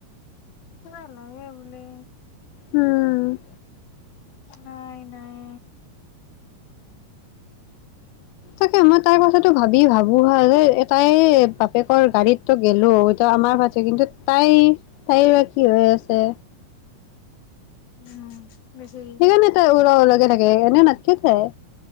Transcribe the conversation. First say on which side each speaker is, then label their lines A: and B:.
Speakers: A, on the left; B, on the left.
A: চোৱা লাগে বোলে।
B: উম',
A: নাই- নাই
B: তাকে, মই তাৰ মাজতো ভাবি -ভাবো হা, যে তাই বাপেকৰ গাড়ীততো গেলো এইটো আমাৰ পাছে কিন্তু তাই, তাইৰ বা কি হৈ আছে।
A: উম, বেচেৰি
B: সেইকাৰণে তাই উলাও- উলাও কে, - থাকে এনে নাথকে তাই।